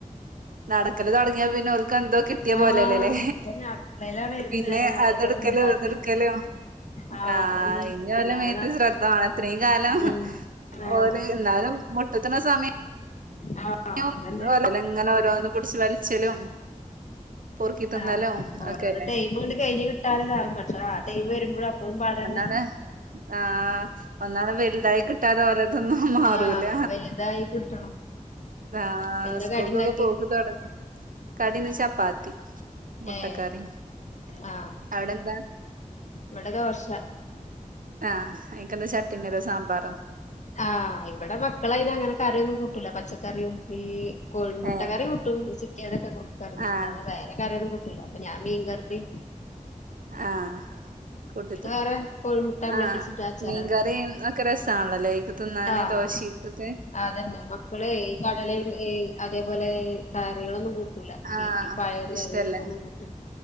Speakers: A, on the right (about 80°); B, on the left (about 60°).
A: നടക്കല് തൊടങ്ങിയാ പിന്നെ ക്കന്തോ കിട്ടിയ
B: ആഹ്
A: പോലല്ലേലെ
B: ഇതന്നെ അടുക്കളയിലാണ് ഏത്
A: പിന്നെ
B: നേരവും അതേപോലെ
A: അതെടുക്കലു
B: ഉമ്മാന്റടുത്ത്ക്ക്
A: ഇതെടുക്കലു
B: ആഹ്
A: ആ
B: അതന്നെ
A: ഇനി
B: പിന്നാലെ
A: ഓലെ മേത്ത്
B: നടക്കണം
A: ശ്രദ്ധവേണം ഇത്രേം കാലം
B: ഉം ആഹ്
A: ഓല് ന്നാലും മുട്ടുത്തണ സമയം
B: ആഹ്
A: യം
B: അതന്നെ
A: ഓല്ങ്ങനെ ഓരോന്ന് പിടിച്ച് വലിച്ചലും പൊറുക്കി തിന്നലും
B: ആ ഓരോരോ
A: ഒക്കെയല്ലേ
B: ടൈമങ്ങ്ട് കഴിഞ്ഞ് കിട്ടാന്താകും പക്ഷേ ആ ടൈമ് വരുമ്പഴും അപ്പഴും പാടന്നെ
A: ണ് ആ ഒന്നാട് വെലുതായി കിട്ടാത <unintelligible> അതൊന്നും മാറൂല്ല
B: ആഹ് വലുതായി കിട്ടണം
A: ആ
B: എന്താ
A: സ്കൂൾക്കൊക്കെ
B: കടിണ്ടാക്കി
A: പോക്ക് തൊടങ്ങി കടിന്ന് ചപ്പാത്തി മുട്ടക്കറി
B: ഏയ് ആ
A: അവിടെ എന്താ
B: ഇവ്ടെ ദോശ
A: ആ എനക്ക്ന്താ ചട്നിയോ സാമ്പാറോ
B: ആ ഇവിടെ മക്കളയിനങ്ങനെ കറിയൊന്നും കൂട്ടൂല പച്ചക്കറിയും ഈ കോഴിമുട്ട
A: ഏഹ്
B: കറി കൂട്ടും ചിക്കൻ അതെക്കെ കൂട്ടും കറി
A: ആഹ്
B: അല്ലാതെ വേറെ കറിയൊന്നും കൂട്ടി ട്ടില്ല അപ്പോ ഞാ മീൻ കറി
A: ആ കൂട്ടിത്തിന്ന്
B: വേറെ കോഴിമുട്ട ആംപ്ലേറ്റ്
A: ആ
B: അടിച്ചിട്ട് അച്ചാറാടും
A: മീൻ കറിം ഒക്കെ രസാ ണല്ലേ ക്ക് തിന്നാന്
B: ആഹ്
A: ദോശിയ്ക്കക്കെ
B: അതന്നെ മക്കള് ഈ കടലെ ഈ അതേപോലെ കാറികളൊന്നും കൂ ട്ടൂല
A: ആഹ്
B: ഈ പയറു
A: ഇഷ്ടല്ലേ
B: കറി ഇതൊന്നും കൂട്ടില്ല